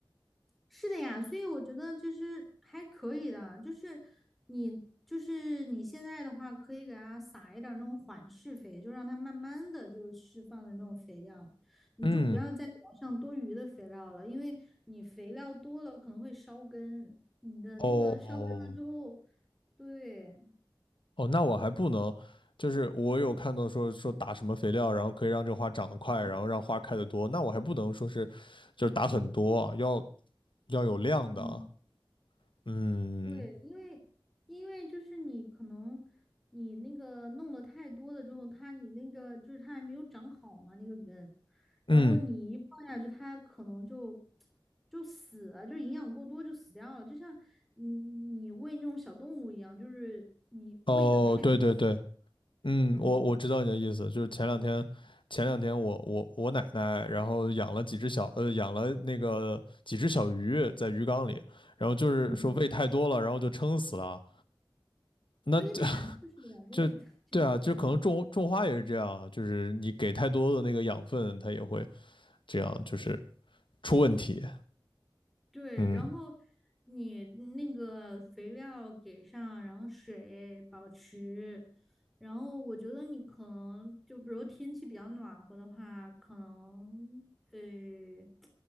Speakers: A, in the centre; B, on the left (about 70°).
A: 是的呀，所以我觉得就是还可以的，就是你就是你现在的话，可以给它撒一点儿那种缓释肥，就让它慢慢的就是释放的那种肥料，你就不要再给它上多余的肥料了，
B: 嗯，
A: 因为你肥料多了可能会烧根，你的那个烧根了之后，
B: 哦
A: 对，
B: 哦，那我还不能，就是我有看到说说打什么肥料，然后可以让这花长得快，然后让花开得多，那我还不能说是就是打很多啊，要要有量的啊。
A: 嗯。
B: 嗯
A: 对，因为因为就是你可能你那个弄的太多了之后，它你那个就是它还没有长好嘛那个根，然后你一放下去，
B: 嗯，
A: 它可能就就死了，就营养过多就死掉了，就像你你喂那种小动物一样，就是你喂的太多，
B: 哦，对对对，嗯，
A: 嗯
B: 我我知道你的意思，就是前两天，前两天我我我奶奶，然后养了几只小，呃，养了那个几只小鱼在鱼缸里，然后就是说喂太多了，
A: 嗯，
B: 然后就撑死了。那这
A: 对的呀，就是的呀，就是的，
B: 这对啊，
A: <laughs> 就是这样的。
B: 就可能种种花也是这样啊就是你给太多的那个养分，它也会这样，就是出问题。
A: 对，
B: 嗯
A: 然后你那个肥料给上，然后水保持，然后我觉得你可能就比如天气比较暖和的话，可能呃，